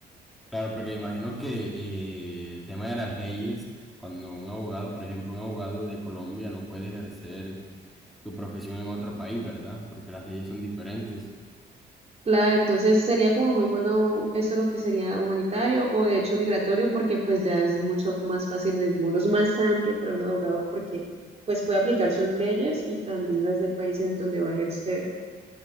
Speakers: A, in the centre; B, on the right (about 30°).
A: Claro, porque imagino que eh, el tema de las leyes, cuando un abogado, por ejemplo, un abogado de Colombia no puede ejercer su profesión en otro país, ¿verdad? Porque las leyes son diferentes.
B: Claro, entonces sería como muy bueno esto lo que sería humanitario o de hecho migratorio, porque pues ya es mucho más fácil, el muro es más amplio para un abogado porque pues puede aplicar sus leyes y también las del país en donde va a ejercer.